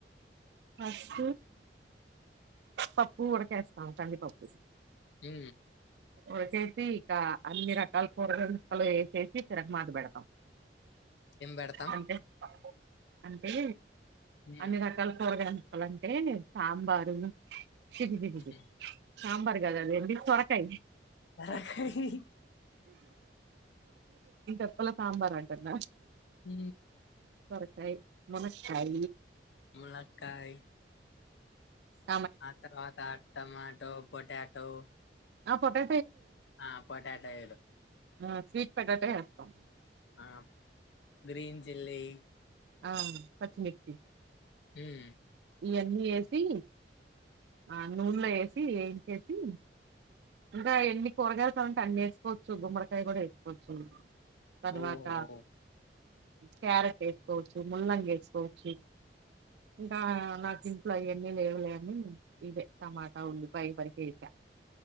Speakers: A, on the right; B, on the left.
A: ఫస్ట్ పప్పు వుడికేస్తామ కందిపప్పు
B: హ
A: ఉదుకేసి ఇక అన్ని రకాల కూరగాయ ముక్కలు వేసేసి తిరగ బోధ పెడతాం
B: ఎంబ పెడతాం
A: అంటే అంటే
B: ఉహు,
A: అన్ని రకాల కూరగాయ ముక్కలు అంటే సాంబారు సిది బిది
B: ఉహు.
A: సి సాంబార్ కాదు అది ఏంది సొరకాయ
B: సొరకాయ
A: చెప్పల సాంబార్ న్నా
B: హ
A: మునక్కాయ మునక్కాయ
B: ములక్కాయ
A: అ
B: ఆ తర్వాత టమాటో పొటాటో
A: ఆ ఫోటో
B: ఆ పొటాట ఏలు
A: ఆ స్వీట్ పొటా <unintelligible>
B: ఆ గ్రీన్ చిల్లీ
A: ఆ పచ్చమిచ్చి
B: ఉమ్
A: ఇవన్నీ వేసి ఆ నూనలో వేసి ఏ అన్నీ వేసి ఆ నూనెలో వేసి ఎన్ చేసి ఇంకా ఎన్ని కూరగాయలుతామంటే అన్ని వేసుకోవచ్చు గుమ్మడికాయ కూడా వేసుకోవచ్చు తర్వాత
B: ఓహో
A: క్యారెట్ వేసుకోవచ్చు ముల్లంగ వేసుకోవచ్చు ఇంకా నా సింపుల్ అవన్నీ లేవులేవని టమాటా ఉల్లి పైబరి కేేచ